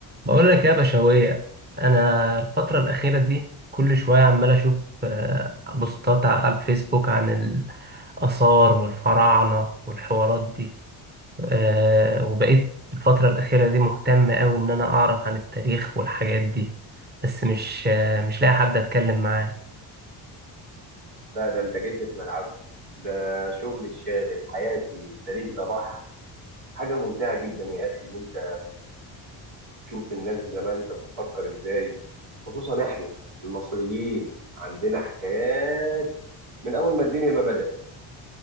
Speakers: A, on the right; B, on the right.
A: بقول لك يا بشوية أنا الفترة الأخيرة دي كل شوية عمال أشوف آه، بوستات على الفيسبوك عن الآثار والفراعنة والحوارات دي آه، وبقيت الفترة الأخيرة دي مهتم أوي إن أنا أعرف عن التاريخ والحاجات دي بس مش آه، مش لاقي حد أتكلم معاه
B: لا ده انت جيت لي في ملعبي ده شغل الشاغل حياتي التاريخ ده بحر حاجة ممتعة جدا يا أخي إن أنت تشوف الناس زمان كانت بتفكر إزاي خصوصا إحنا المصريين عندنا حكايات من أول ما الدنيا ما بدأت